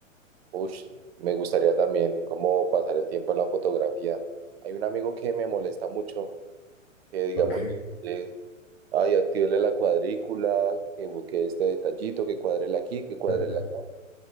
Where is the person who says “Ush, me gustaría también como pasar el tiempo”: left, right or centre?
Right